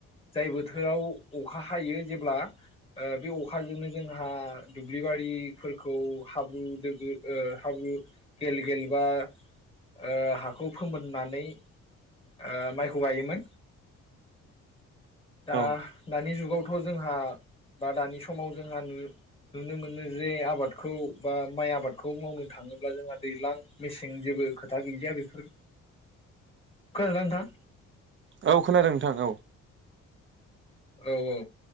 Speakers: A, on the left (about 20°); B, on the right (about 40°).
A: जायबो बोथोराव अखा हायो जेब्ला ओ बे अखाजोंनो जोंहा दुब्लिबारिफोरखौ हाब्रु दैहाब्रु ओ हाब्रु गेल गेलबा ओ हाखौ फोमोननानै ओ माइखौ गायोमोन दा
B: औ
A: दानि जुगावथ' जोंहा बा दानि समाव जोंहा नु-नुनो मोनो जे आबादखौ बा माइ आबादखौ मावनो थाङोब्ला जोंहा दैज्लां मेसें जेबो खोथा गैलिया बेफोर खोनादों ना नोंथां
B: औ खोनादों नोंथां औ
A: औ औ